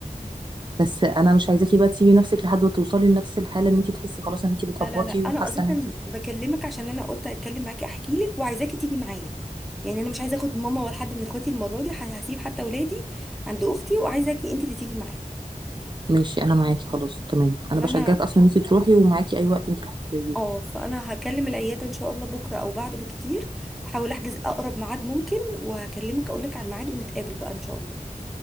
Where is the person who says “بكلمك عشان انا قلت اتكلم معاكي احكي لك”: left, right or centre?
Centre